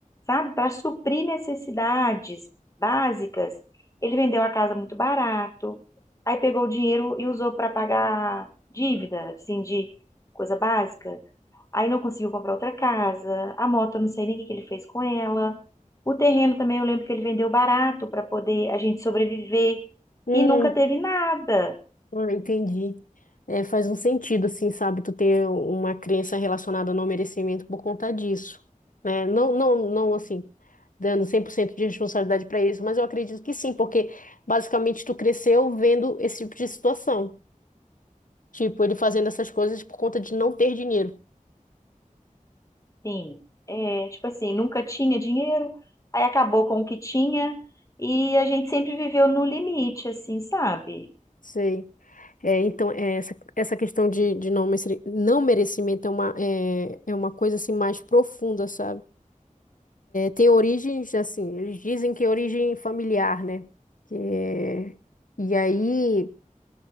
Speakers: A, on the left; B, on the left.
A: sabe, para suprir necessidades básicas, ele vendeu a casa muito barato, aí pegou o dinheiro e usou para pagar dívida, assim, de coisa básica. Aí não conseguiu comprar outra casa, a moto, eu não sei nem o que que ele fez com ela. O terreno também, eu lembro que ele vendeu barato para poder a gente sobreviver
B: hum.
A: e nunca teve nada.
B: Ah, entendi. É, faz um sentido, assim, sabe, tu ter uma crença relacionada ao não merecimento por conta disso, né? Não, não, não, assim, dando 100% de responsabilidade para isso, mas eu acredito que sim, porque basicamente tu cresceu vendo esse tipo de situação, tipo, ele fazendo essas coisas por conta de não ter dinheiro.
A: Sim, é, tipo assim, nunca tinha dinheiro, aí acabou com o que tinha e a gente sempre viveu no limite, assim, sabe?
B: Sei. É, então, é, essa, essa questão de, de não, merece- não merecimento é uma, é, é uma coisa, assim, mais profunda, sabe? Tem origens, assim, eles dizem que é origem familiar, né? Que é- E aí